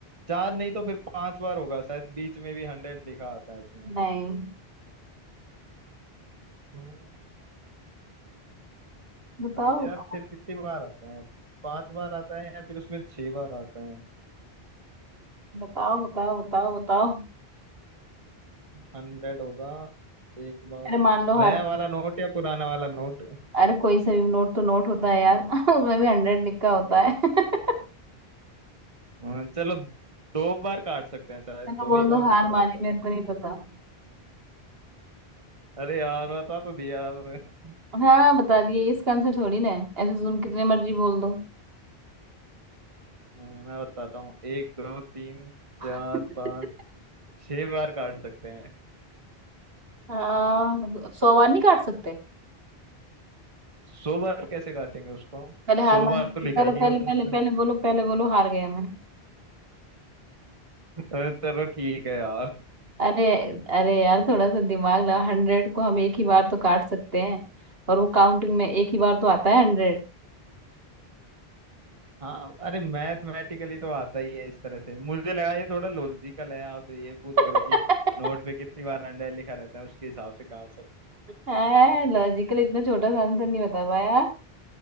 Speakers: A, on the right; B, on the right.
A: चार नहीं तो फिर पांच बार होगा शायद बीच में भी हंड्रेड लिखा आता है उसमें
B: नहीं
A: हम्म
B: बताओ
A: तो यार
B: बताओ
A: फिर कितनी बार आता है पांच बार आता है या फिर उसमें छह बार आता है
B: बताओ बताओ बताओ बताओ
A: हंड्रेड होगा एक बार
B: अरे मान लो हार
A: नया वाला नोट या पुराना वाला नोट
B: अरे कोई सा भी नोट तो नोट होता है यार <laughs> उसमें भी हंड्रेड लिखा होता है <laughs>
A: हाँ, चलो दो बार काट सकते हैं शायद
B: मैं तो
A: दो
B: बोल
A: ही बार
B: दो हार
A: लिखा होता
B: मानी मेरे
A: है
B: को नहीं पता
A: अरे यार बता तो दिया आपने।
B: हाँ बता दिए ये इसका आंसर थोड़ी ना है ऐसे तुम कितने मर्जी बोल दो
A: हाँ, मैं बताता हूँ एक दो तीन चार
B: <laughs>
A: पाँच छह बार काट सकते हैं
B: हाँ सौ बार नहीं काट सकते
A: सौ बार कैसे काटेंगे उसको
B: पहले हार
A: सौ
B: मान
A: बार तो लिखा
B: पहले
A: ही नहीं
B: पहले
A: होता
B: पहले
A: उसमें
B: पहले बोलो पहले बोलो हार गया मैं
A: अरे चलो ठीक है यार
B: अरे अरे यार थोड़ा सा दिमाग लगा हंड्रेड को हम एक ही बार तो काट सकते हैं और वो काउंटिंग में एक ही बार तो आता है हंड्रेड
A: हाँ अरे मैथमेटिकली तो आता ही है इस तरह से मुझे लगा ये थोड़ा लॉजिकल है आप ये पूछ रहे
B: <laughs>
A: हो कि नोट पे कितनी बार अंडा लिखा रहता है उसके हिसाब से काट सकते
B: है लॉजिकल इतना छोटा सा आंसर नहीं बता पाया